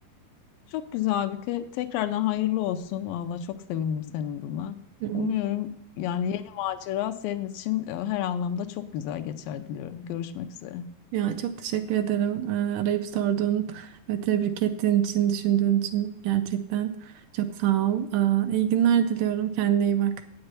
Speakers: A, on the left; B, on the right.
A: Çok güzel Aybüke. Tekrardan hayırlı olsun. Valla çok sevindim senin buna.
B: Hı hı.
A: Umuyorum yani yeni macera senin için e, her anlamda çok güzel geçer diliyorum. Görüşmek üzere.
B: Ya çok teşekkür ederim. Ee, arayıp sorduğun ve tebrik ettiğin için, düşündüğün için gerçekten çok sağ ol. Ee, iyi günler diliyorum. Kendine iyi bak.